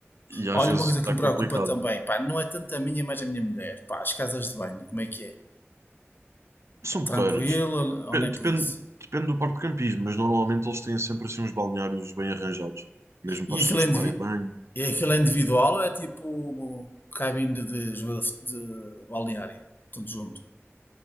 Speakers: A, on the right (about 75°); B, on the left (about 45°).
A: e às
B: Olha,
A: vezes
B: uma coisa que
A: é
B: me
A: complicado.
B: preocupa também, pá, não é tanto a minha, mas a minha mulher. Pá, as casas de banho, como é que é?
A: São
B: Tranquilo
A: porreiras.
B: ou
A: Pe-
B: não é
A: Depende,
B: por isso?
A: depende do parque de campismo, mas normalmente eles têm sempre assim uns balneários bem arranjados, mesmo para
B: E
A: as
B: aquilo
A: pessoas
B: é, indivi-
A: tomarem banho.
B: e aquilo é individual ou é tipo cabine de, joelho de balneário? Tudo junto.